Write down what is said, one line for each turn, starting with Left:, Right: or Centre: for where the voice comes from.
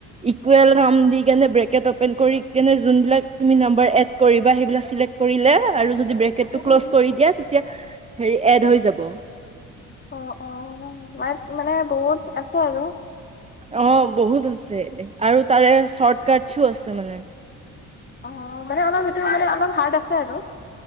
Right: ইকুৱেল দি কেনে ব্ৰেকেট অপেন কৰি কেনে যোনবিলাক তুমি নাম্বাৰ এড কৰিবা সেইবিলাক চেক্ট কৰিলে আৰু যদি ব্ৰেকেডটো
Left: উম
Right: ক্লৌচ
Left: উম
Right: কৰি দিয় তেতিয়া হেৰী এড হৈ যাব
Left: অ' অ' মাৰ মানে বহুত আছে আৰু
Right: অ' বহুত আছে আৰু তাৰে চৰ্টকাটছো আছে মানে
Left: অ' মানে অলপ সেইটো মানে অলপ হাৰ্ড আছে আৰু